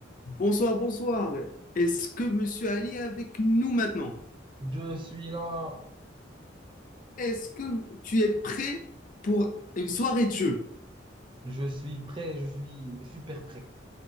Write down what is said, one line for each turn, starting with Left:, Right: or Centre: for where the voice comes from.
Left: Bonsoir, bonsoir. Est-ce que Monsieur Ali est avec nous maintenant?
Right: Je suis là,
Left: Est-ce que tu es prêt pour une soirée de jeu?
Right: je suis prêt, je suis super prêt.